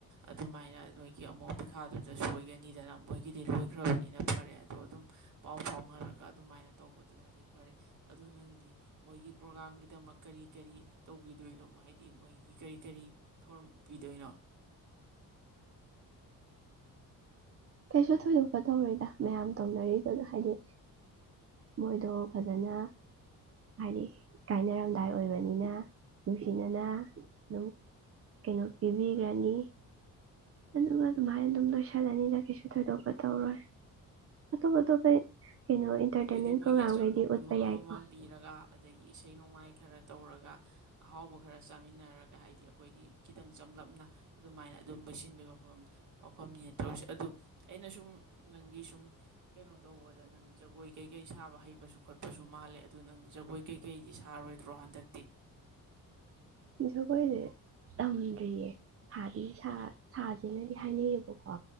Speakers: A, on the right (about 55°); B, on the right (about 40°).
A: ꯑꯗꯨꯃꯥꯏꯅ ꯅꯣꯏꯒꯤ ꯑꯃꯨꯛ ꯄꯩꯈꯥꯗꯨꯗ ꯁꯣꯏꯒꯅꯤꯗꯅ ꯃꯣꯏꯒꯤꯗꯤ ꯂꯣꯏꯈ꯭ꯔꯕꯅꯤꯅ ꯐꯔꯦ ꯑꯗꯣ ꯑꯗꯨꯝ ꯄꯥꯎ ꯐꯥꯎꯅꯔꯒ ꯑꯗꯨꯃꯥꯏꯅ ꯇꯧꯕꯗꯨꯅꯗꯤ ꯐꯔꯦ ꯑꯗꯨ ꯅꯪ ꯍꯥꯏꯗꯤ ꯃꯣꯏꯒꯤ ꯄ꯭ꯔꯣꯒ꯭ꯔꯥꯝꯒꯤꯗꯃꯛ ꯀꯔꯤ ꯀꯔꯤ ꯇꯧꯕꯤꯗꯣꯏꯅꯣ ꯍꯥꯏꯗꯤ ꯃꯣꯏꯒꯤ ꯀꯔꯤ ꯀꯔꯤ ꯊꯧꯔꯝ ꯎꯠꯄꯤꯗꯣꯏꯅꯣ
B: ꯀꯩꯁꯨ ꯊꯣꯏꯗꯣꯛꯄ ꯇꯧꯔꯣꯏꯗ ꯃꯌꯥꯝ ꯇꯧꯅꯔꯤꯗꯨꯅ ꯍꯥꯏꯗꯤ ꯃꯣꯏꯗꯣ ꯐꯖꯅ ꯍꯥꯏꯗꯤ ꯀꯥꯏꯅꯔꯝꯗꯥꯏ ꯑꯣꯏꯕꯅꯤꯅ ꯅꯨꯡꯁꯤꯅꯅ ꯑꯗꯨꯝ ꯀꯩꯅꯣ ꯄꯤꯕꯤꯈ꯭ꯔꯅꯤ ꯑꯗꯨꯒ ꯑꯗꯨꯃꯥꯏꯅ ꯑꯗꯨꯝ ꯂꯣꯏꯁꯤꯜꯂꯅꯤꯅ ꯀꯩꯁꯨ ꯊꯣꯏꯗꯣꯛꯄ ꯇꯧꯔꯣꯏ ꯑꯇꯣꯞ ꯑꯇꯣꯞꯄ ꯀꯩꯅꯣ ꯏꯟꯇꯔꯇꯦꯟꯃꯦꯟ
A: ꯑꯗꯨꯗꯤ ꯃꯣꯏꯒꯤ
B: ꯄ꯭ꯔꯣꯒꯥꯝꯈꯩꯗꯤ
A: ꯑꯆꯝꯕ ꯈꯨꯗꯣꯜ
B: ꯎꯠꯄ ꯌꯥꯏꯀꯣ
A: ꯑꯃꯃꯝ ꯄꯤꯔꯒ ꯑꯗꯒꯤ ꯏꯁꯩ ꯅꯣꯡꯃꯥꯏ ꯈꯔ ꯇꯧꯔꯒ ꯑꯍꯥꯎꯕ ꯈꯔ ꯆꯥꯃꯤꯟꯅꯔꯒ ꯍꯥꯏꯗꯤ ꯑꯩꯈꯣꯏꯒꯤ ꯈꯤꯇꯪ ꯆꯝꯂꯞꯅ ꯑꯗꯨꯃꯥꯏꯅ ꯑꯗꯨꯝ ꯂꯩꯁꯤꯟꯕꯒꯤ ꯋꯥꯐꯝ ꯋꯥꯐꯝꯅꯤ ꯇꯧ ꯑꯗꯣ ꯑꯩꯅ ꯁꯨꯝ ꯒꯤꯁꯨꯝ ꯀꯩꯅꯣ ꯇꯧꯕꯗ ꯅꯪ ꯀꯈꯣꯏ ꯀꯩ ꯀꯩ ꯁꯥꯕ ꯍꯩꯕꯁꯨ ꯈꯣꯠꯄ ꯨ ꯃꯥꯜꯂꯦ ꯑꯗꯨ ꯅꯪ ꯖꯒꯣꯏ ꯀꯩꯀꯩꯗꯤ ꯁꯥꯔꯣꯏꯗ꯭ꯔꯣ ꯍꯟꯗꯛꯇꯤ
B: ꯖꯒꯣꯏꯁꯦ ꯇꯝꯗ꯭ꯔꯤꯌꯦ ꯁꯥꯗꯤ ꯁꯥ ꯁꯥꯁꯤꯅꯗꯤ ꯍꯥꯏꯅꯩꯌꯦꯕꯀꯣ